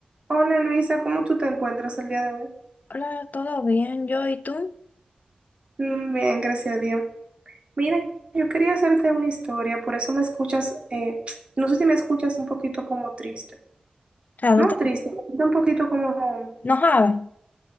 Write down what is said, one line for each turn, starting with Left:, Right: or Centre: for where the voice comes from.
Right: Hola Luisa, ¿cómo tú te encuentras el día de hoy?
Left: Hola, ¿todo bien? Yo y tú. O
Right: Mm, Bien, gracias a Dios. Mira, yo quería hacerte una historia, por eso me escuchas, eh, <tsk> no sé si me escuchas un poquito como triste.
Left: sea,
Right: No
Left: tú te
Right: triste, un poquito como,
Left: enojada.